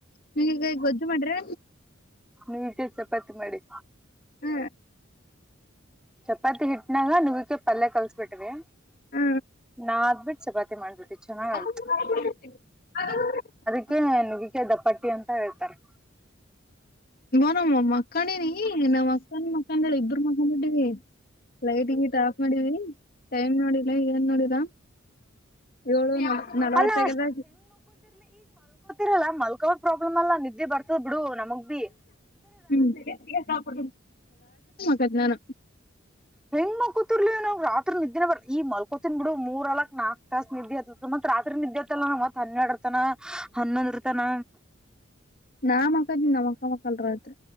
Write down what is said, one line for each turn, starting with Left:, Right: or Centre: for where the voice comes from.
Left: ನೀ ಈಗ ಗೊಜ್ಜು ಮಾಡ್ರಿ
Centre: ನೀವಗ ಚಪಾತಿ ಮಾಡಿ
Left: ಹ್ಮ
Centre: ಚಪಾತಿ ಹಿಟ್ಟನಾಗ ನುಗ್ಗಿಕಾಯಿ ಪಲ್ಯ ಕಲ್ಸ ಬಿಟ್ವಿ
Left: ಹ
Centre: ನಾ ಅಬಿಟ್ಟ ಚಪಾತಿ ಮಾಡ್ಬಿಟ್ಟ ಚೆನ್ನಾಗಿ ಆಗಿತ್ತು
Left: <inaudible>
Centre: ಕ್ಕೆ ನೀವ್ ಇದಕ್ಕೆ ದಪ್ಪ ಅಂತ ಹೇಳ್ತಾರೆ
Left: ಇ ನಮ್ಮ ಮಕ್ಕನಿನಿ ನಮ್ಮ್ ಅಕ್ಕನ್ ಮಕ್ಕಂದಳ ಇಬ್ಬರು ಮಾಕಂಬಿಟ್ಟಿವಿ ಬಿಟ್ಟಿವಿ ಲೈಟ್ ಗೀಟ್ ಆಫ್ ಮಾಡಿದವಿ ಟೈಮ್ ನೋಡಿಲ್ಲ ಏನ್ ನೋಡರ ಏಳು ನಲವತ್
Centre: ಅಲ್ಲಾ
Left: ಆಗ್ಯದ
Centre: ರಲ್ಲ ಮಲ್ಕೋ್ ಪ್ರಾಬ್ಲಮ್ ಅಲ್ಲಾ ನಿದ್ದೆ ಬರ್ತದ್ ಬಿಡು ನಮಗ್ ಭ
Left: ಹ್ಮತ್ ಮ ದ್ಞಾನ
Centre: ಹೆಂಗ್ ಮ ಕೂತಿರ್ಲಿ ನಾವ್ ರಾತ್ರಿ ನಿದ್ದೇ ಬರ ಈ ಮಲ್ಕೋತೀನ್ ಬಿಡು ಮೂರ್ ಅಲಕ್ ನಾಕ್ ತಾಸ ನ ನಿಿದ್ದೆ ಅ ರಾತ್ರಿ ನಿದ್ದೆತ್ತಲ್ಲ ನ ಮತ್ತತ್ ಹನ್ನೆರಡು ತನ ಹನ್ನೊಂದ್ರ ತನ
Left: ನಾ ಅಕ್ಕದ ನಮ್ಮ್ ಅಕ್ಕ ಮಕ್ಕಲ್ರತ್